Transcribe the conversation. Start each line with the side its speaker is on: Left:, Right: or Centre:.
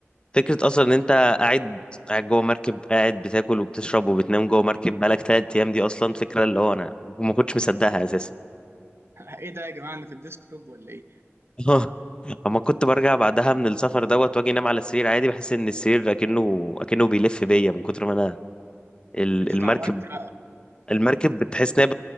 Left: فكرة أصلا إن أنت قاعد قاعد جوه مركب قاعد بتاكل وبتشرب وبتنام جوه مركب بقالك تلات أيام دي أصلا فكرة اللي هو أنا ما كنتش مصدقها أساسا
Right: <laughs> إيه ده يا جماعة أنا في الديسكتوب ولا إيه؟
Left: <laughs> أما كنت برجع بعدها من السفر دوت وأجي أنام على السرير عادي بحس إن السرير أكنه أكنه بيلف بيا من كتر ما أنا ال-
Right: أنت
Left: المركب
Right: اتعودت لا
Left: المركب بتحس إنها